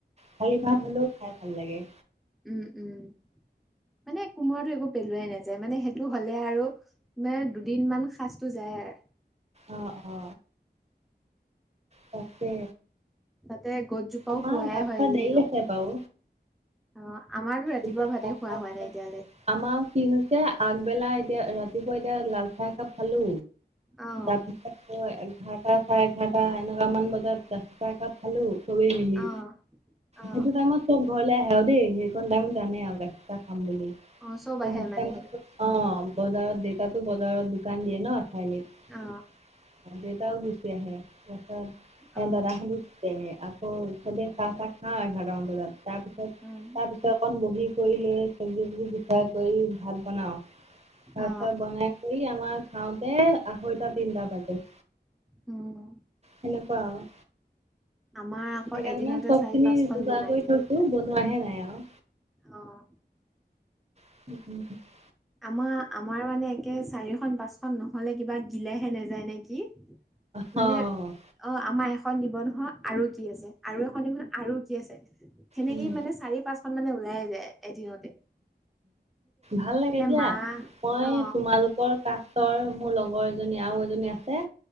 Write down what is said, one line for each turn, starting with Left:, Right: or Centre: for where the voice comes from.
Right: খালি ভাত হ'লেও খাই ভাল লাগে।
Centre: উম-উম, মানে কোমোৰাটো একো পেলোৱাই নাযায় মানে সেইটো হ'লে আৰু মানে দুদিন মান সাজটো যায় আৰ
Right: অ', অ'। তাকে।
Centre: তে গছজোপাও
Right: আমাৰ
Centre: খুৱাই
Right: ভাত
Centre: হয়
Right: খোৱা
Centre: যিহেতু।
Right: দেৰি আছে বাৰু
Centre: অ', আমাৰতো ৰাতিপুৱাৰ
Right: এতিয়া
Centre: ভাতে
Right: চাহ
Centre: খোৱা
Right: তাহ
Centre: হোৱা নাই এতিয়ালে।
Right: আমাৰ কি হৈছে আগবেলা এতিয়া ৰাতিপুৱা এতিয়া লাল চাহ একাপ খালো।
Centre: অ
Right: তাৰপিছত। অ', এঘাৰটা চাৰে এঘাৰটা এনেকুৱা মান বজাত গাখি চাহ একাপ খালো। চবেই মিলি
Centre: অ অ
Right: সেইটো টাইমত চব ঘৰলে আহে আৰু দেই নি কন টাইমত জানে আৰু গাখীৰ চাহ খাম বুলি
Centre: অ চব
Right: চ'
Centre: আহে
Right: সেইটো
Centre: মানে
Right: টাইমত <unintelligible> অ' অ' বজাৰত দেউতাটো বজাৰত দোকান দিয়ে চাৰিয়ালিত।
Centre: অ
Right: দেউতাও গুচি আহে তাৰপাছত
Centre: অ
Right: দাদাহতি চি আহে আকৌ চবেই চাহ- তাহ খাওঁ এঘাৰ টা মান বজাত তাৰ পিছত
Centre: উম।
Right: তাৰ পিছৰ কণ বহি কৰি লৈ চবজি-তবজি গুচাই কৰি ভাত বনাওঁ, ভাত
Centre: অ
Right: -চাত বনাই কৰি আমাৰ খাওঁতে আঢ়ৈটা- তিনটা বাজে।
Centre: উম।
Right: সেনেকুৱা আৰু
Centre: আমাৰ আকৌ
Right: সেইকাৰণে
Centre: এদিনতে
Right: চবখিনি
Centre: চাৰি পাঁচখন
Right: যোগাৰ
Centre: বনাই
Right: কৰি
Centre: দিয়ে
Right: থৈছো বনোৱাহে নাই আৰু।
Centre: অ'।
Right: <unintelligible>
Centre: আমাৰ-আমাৰ মানে একে চাৰিখন পাঁচখন নহলে কিবা গিলেহে নাযায় নেকি।
Right: অ',
Centre: মানে অ', আমাৰ এখন দিব নহয় আৰু কি আছে, আৰু এখন দিব নহয় আৰু কি আছে। সেনেকেই
Right: উম।
Centre: মানে চাৰি পাঁচখন মানে ওলায়ে যায় এদিনত।
Right: ভাল লাগে দিয়া,
Centre: মাহ
Right: মই
Centre: অ
Right: তোমালোকৰ কাষ অ মোৰ লগৰ এজনী আৰু এজনী আছে,